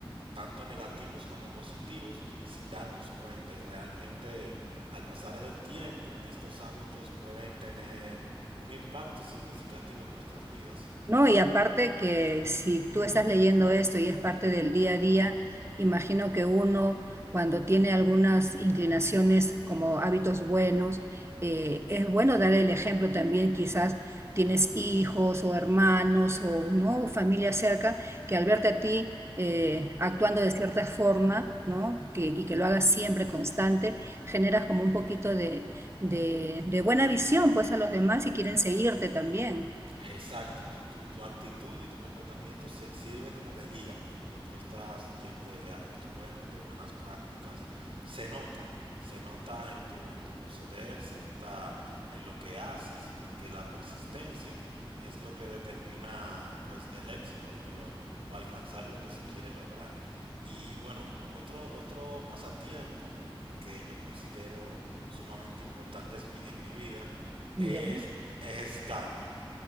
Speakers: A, on the right; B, on the right.
A: tanto negativos como positivos sin darnos cuenta y realmente al pasar del tiempo estos hábitos pueden tener un impacto significativo en nuestras vidas.
B: No, y aparte que si tú estás leyendo esto y es parte del día a día, imagino que uno cuando tiene algunas inclinaciones como hábitos buenos, eh, es bueno dar el ejemplo también, quizás tienes hijos o hermanos o no familia cerca que al verte a ti eh, actuando de cierta forma, ¿no? Que, y que lo hagas siempre constante, generas como un poquito de, de de buena visión pues a los demás y quieren seguirte también.
A: Exacto, tu, tu, tu actitud y tu comportamiento se, sirve como de guía. Cuando tú estás lleno de, de hábitos buenos, de buenas prácticas, se nota, se nota en tu, en tu proceder, se nota en lo que haces, porque la persistencia es lo que determina pues el éxito o, lo, o alcanzar lo que se quiere lograr. Y bueno, otro, otro pasatiempo que yo considero sumamente importante es mi- en mi vida
B: Ya,
A: es ejercitarme.